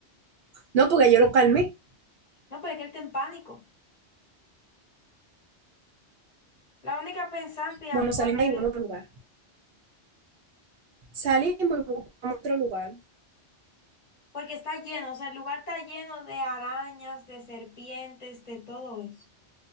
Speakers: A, on the right; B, on the left.
A: No, porque yo lo calmé.
B: No, porque él está en pánico. La única pensante y actuante
A: Bueno, salimos ahí,
B: eres
A: vamos a otro
B: tú.
A: lugar. Salimos y buscamos otro lugar.
B: Porque está lleno, o sea, el lugar está lleno de arañas, de serpientes, de todo eso.